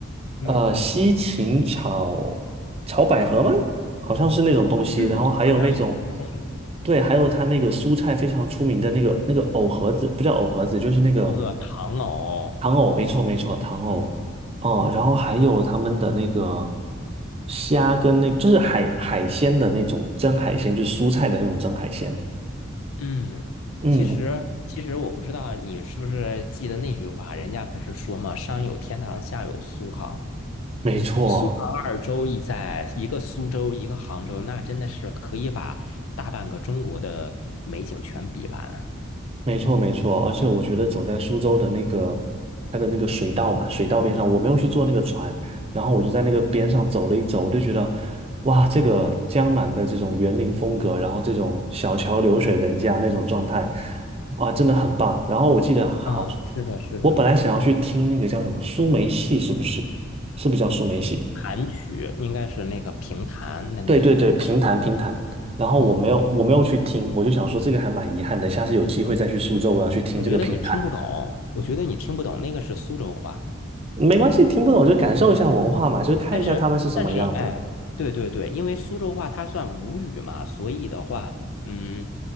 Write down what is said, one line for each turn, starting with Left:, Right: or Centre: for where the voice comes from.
Left: 嗯
Right: 呃，西芹炒炒百合吗？好像是那种东西。
Left: 嗯，
Right: 然后还有那种，
Left: 好像有，好像有，
Right: 对，还有它那个蔬菜非常出名的那个那个藕盒子，不叫藕盒子，就是那个
Left: 不过糖藕。
Right: 糖藕，没错没错，糖藕。
Left: 嗯
Right: 哦，然后还有他们的那个虾跟那，就是海海鲜的那种蒸海鲜，就是蔬菜的那种蒸海鲜。
Left: 嗯，
Right: 嗯，
Left: 其实其实我不知道你是不是记得那句话，人家不是说嘛，上有天堂，下有苏杭。
Right: 没错，
Left: 苏杭二州一在，一个苏州，一个杭州，那真的是可以把大半个中国的美景全比完。
Right: 没错，没错。而且我觉得走在苏州的那个它的那个水道嘛，
Left: 嗯
Right: 水道边上，我没有去坐那个船，然后我就在那个边上走了一走，我就觉得，哇，这个江南的这种园林风格，然后这种小桥流水人家那种状态，哇，真的很棒。然后我记得好，
Left: 啊，是的，是的，
Right: 我本来想要去听那个叫什么苏梅戏，是不是？是不是叫苏梅戏？
Left: 弹曲应该是那个评弹的那一种。
Right: 对对对，评弹评弹。然后我没有我没有去听，
Left: 嗯。
Right: 我就想说这个还蛮遗憾的，下次有机会再去苏州，我要去听这个评弹。
Left: 我觉得你听不懂，我觉得你听不懂，那个是苏州话。
Right: 没关系，听不懂就感受一下文化嘛，就是看一下他们是什么样的。
Left: 但是，但是，哎，对对对，因为苏州话它算吴语嘛，所以的话，嗯，